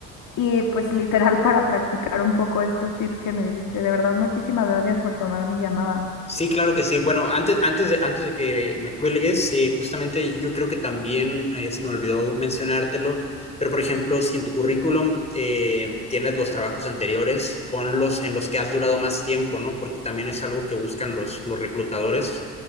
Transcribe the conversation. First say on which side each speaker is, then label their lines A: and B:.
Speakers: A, on the left (about 50°); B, on the left (about 15°).
A: Y pues literal para practicar un poco estos tips que me diste. De verdad, muchísimas gracias por tomar mi llamada.
B: Sí, claro que sí. Bueno, antes, antes de, antes de que me cuelgues, eh, justamente yo creo que también eh, se me olvidó mencionártelo, pero por ejemplo, si en tu currículum eh, tienes los trabajos anteriores, ponlos en los que has durado más tiempo, ¿no? Porque también es algo que buscan los, los reclutadores,